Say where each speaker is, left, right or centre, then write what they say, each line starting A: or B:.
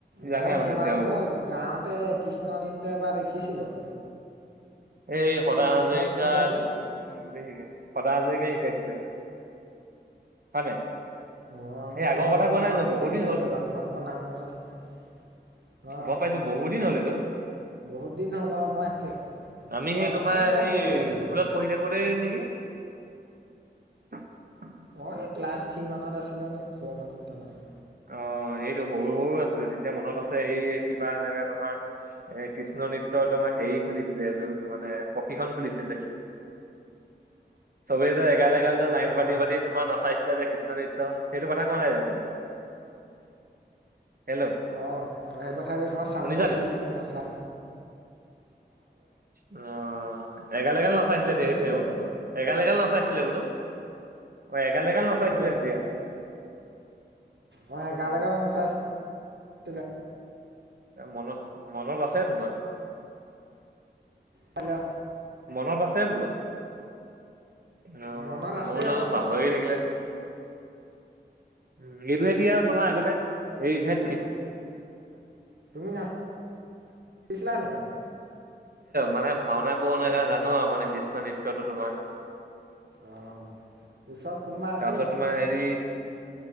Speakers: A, on the right; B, on the right.
A: মই
B: জানে মানে
A: তোমালোকৰ
B: চেওবোৰ
A: গাঁওতে কৃষ্ণ নৃত্য এবাৰ দেখিছিলোঁ।
B: এই সদা
A: মই কৃষ্ণ
B: হাজৰিকাত,
A: নৃত্য যে
B: উম, বেছিকে। সদা হাজৰিকাই শিকাইছিলে। হয় নাই?
A: অ'
B: এই
A: মই
B: আগৰ
A: তোমালোকৰ
B: কথা কোৱা নাই
A: গাঁওতে
B: যে বহুত
A: দেখিছিলোঁ
B: দিন হ'ল
A: এবাৰ তোমালোকৰ নামঘৰত অ',
B: গম পাইছো বহুত দিন হ'ল এইটো
A: বহুত দিন হ'ল অ' মই একে
B: আমি
A: অঁ
B: সেই তোমাৰ
A: একেবাৰে
B: সেই
A: সৰু একদম
B: স্কুলত পঢ়ি থাকোতেই নে কি <unintelligible>
A: অ, এই ক্লাছ থ্ৰী মানত আছিলো নে ফ'ৰ মানত তেনেকুৱা।
B: অ', এইটো সৰু সৰু আছিলোঁ তেতিয়া মনত আছে, এই কিবা এনেকে তোমাৰ! এ কৃষ্ণ নৃত্য তোমাৰ হেৰি খুলিছিলে এযোৰ মানে প্ৰশিক্ষণ খুলিছিলে। চবেই যে এগাল - এগাল যে লাইন
A: অ অ
B: পাতি পাতি তোমাৰ নচাইছে কৃষ্ণ নৃত্য, সেইটো কথা কোৱা নাই জানো? হেল্ল'
A: অ, সেইটো কথাই কৈছো। মই চাবলৈ
B: শুনিছা
A: আছিলো
B: নাই?
A: কিন্তু নাচা
B: অ, এগাল-এগাল নাচাইছিলে তে
A: শুনিছো
B: তেওঁ এগাল-এগাল নাচাইছিলে বোলো। অ, এগাল - এগাল নচাইছিলে
A: যে
B: তেতিয়া।
A: অ, এগাল-এগাল
B: উম
A: নচাইছিলে।
B: এ মনত, মনত আছে তোমাৰ?
A: পালে।
B: মনত আছে বোলো অ,
A: মনত আছে
B: মই বোলো আকৌ
A: অ
B: পাহৰিয়ে থাকিলা নি উম, মিলে দিয়ে আৰু তোমাৰ আগতে <unintelligible> <unintelligible> সেয়া
A: তুমি নাচিছিলা নি
B: মানে ভাওনা কৰো না <unintelligible> সেইকাৰণে
A: হা,
B: জানো আৰু মানে কৃষ্ণ নৃত্যটো তোমাৰ।
A: অ ওচৰত কোনোবা আছে
B: তাৰপিছত
A: নি
B: তোমাৰ হেৰি